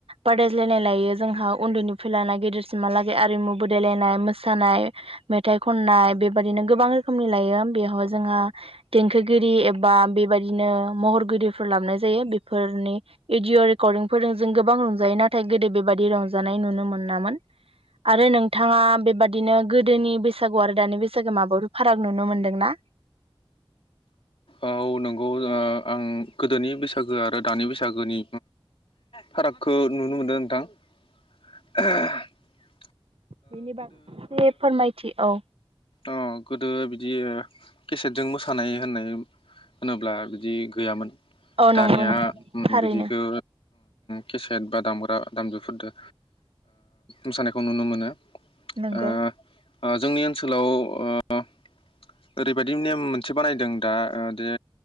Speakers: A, on the right (about 80°); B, on the left (about 75°).
A: बादायज्लायनाय लायो जोंहा उन्दैनिफ्राय लाना गेदेरसिमहालागै आरिमु बदायलायनाय मोसानाये मेथाइ खननाय बेबादिनो गोबां रोखोमनि लायो बेयावाय जोंहा देंखोगिरि एबा बेबायदिनो महरगिरिफोर लाबाय जायो बेफोरनि भडअ' रेकर्डिंफोरजों जों गोबां रंजायो नाथाय गोदो बेबादि रंजानाय नुनो मोनामोन आरो नोंथाङा बेबादिनो गोदोनि बे बैसागु आरो दानि बैसागु माबेयावबा फाराग नुनो मोनदोंना।
B: औ नंगौ आं गोदोनि बैसागु। बैसागु आरो दानि बैसागुनि। फारागखौ नुनो मोनदों नोंथां। ओं।
A: बेनि बागै एसे फोरमायथि औ।
B: अ गोदो बिदि केसेटजों मोसानाय होननाय होनोब्ला बिदि गैयामोन।
A: औ नंगौ
B: दानिया
A: नंगौ थारैनो
B: बिदिखौ। केसेट बा दामग्रा दामजुफोरजों मोसानायखौ नुनो मोनो।
A: नंगौ।
B: ओ जोंनि ओनसोलाव। ओनसोलाव ओरैबायदि नेम मोनसे बानायदों दा जे